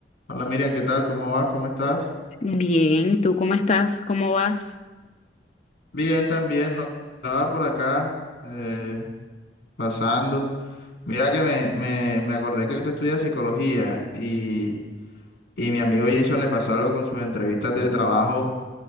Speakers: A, on the left; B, on the left.
A: Hola Miriam, ¿qué tal? ¿Cómo vas? ¿Cómo estás?
B: Bien, ¿y tú cómo estás? ¿Cómo vas?
A: Bien, también, ¿no? Estaba por acá eh, pasando. Mira que me, me, me acordé que tú estudias psicología y, y mi amigo Jason le pasó algo con sus entrevistas de trabajo.